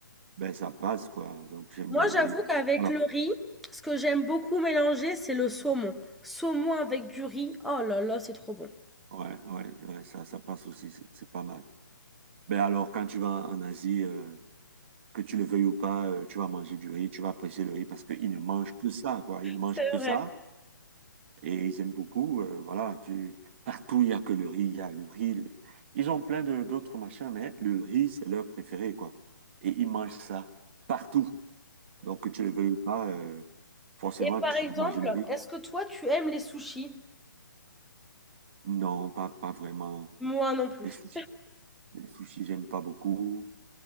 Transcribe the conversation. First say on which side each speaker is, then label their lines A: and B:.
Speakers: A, on the right; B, in the centre.
A: ben, ça passe, quoi. Donc, j'aime
B: Moi,
A: bien
B: j'avoue
A: le riz.
B: qu'avec
A: alors
B: le riz, ce que j'aime beaucoup mélanger, c'est le saumon. Saumon avec du riz, oh là là, c'est trop bon.
A: Ouais, ouais, ouais, ça, ça passe aussi, c'est c'est pas mal. Ben alors, quand tu vas en Asie, euh, que tu le veuilles ou pas, euh, tu vas manger du riz, tu vas apprécier le riz parce qu'ils ne mangent que ça, quoi. Ils ne mangent
B: C'est
A: que
B: vrai.
A: ça et ils aiment beaucoup. euh, voilà, tu... partout, il y a que le riz, il y a le riz. le- Ils ont plein de d'autres machins, mais le riz, c'est leur préféré, quoi. Et ils mangent ça partout. Donc, que tu le veuilles ou pas, euh, forcément,
B: Et par
A: tu
B: exemple,
A: vas manger le riz.
B: est-ce que toi, tu aimes les sushis?
A: Non, pas, pas vraiment.
B: Moi non plus.
A: Les sushis, les sushis, j'aime pas beaucoup.